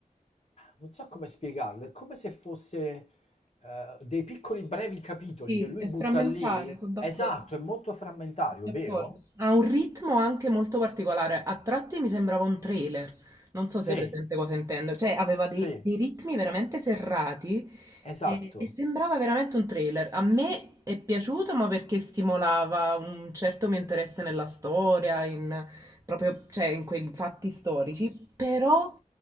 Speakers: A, on the left; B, on the right.
A: non so come spiegarlo, è come se fosse eh, dei piccoli brevi capitoli
B: sì,
A: che lui
B: è
A: butta
B: frammentario,
A: lì.
B: sono d'accordo.
A: Esatto, è molto frammentario,
B: D'accordo.
A: vero?
B: Ha un ritmo anche molto particolare. A tratti mi sembrava un trailer. Non so
A: Sì,
B: se hai presente cosa intendo. Cioè, aveva dei,
A: sì,
B: dei ritmi veramente serrati
A: esatto.
B: e, e sembrava veramente un trailer. A me è piaciuto, ma perché stimolava un certo mio interesse nella storia, in, proprio, cioè, in quei fatti storici, però